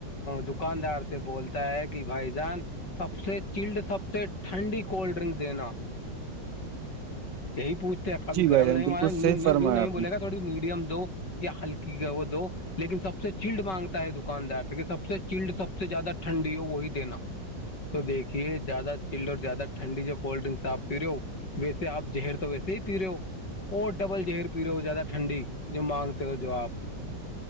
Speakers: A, on the left (about 70°); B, on the right (about 80°).
A: دکاندار سے بولتا ہے کہ بھائی جان سب سے چلڈ سب سے ٹھنڈی کولڈ ینک دینا یہی پوچتے کبھی
B: جی بھائی
A: گرم
B: جان
A: نہیں
B: بالکل
A: ہوا نی
B: صحیح
A: نیو
B: فرمایا
A: نہیں
B: آپ
A: بولے
B: نے
A: گا تھوڑی میڈیم دو یا ہلکی کا وہ دو لیکن سب سے چلڈ مانگتا ہے دکاندار تو سب سے چلڈ سب سے زیادہ ٹھنڈی ہو وہی دینا تو دیکھیے زیادہ چلڈ اور زیادہ ٹھنڈی جو کولڈ ڈرنکس آپ پی رہے ہو ویس آپ جہر تو ویسے ہی پی رہے ہو اور ڈبل جہر پی رہے ہو زیادہ ٹھنڈی جو مانگتے ہو جو آپ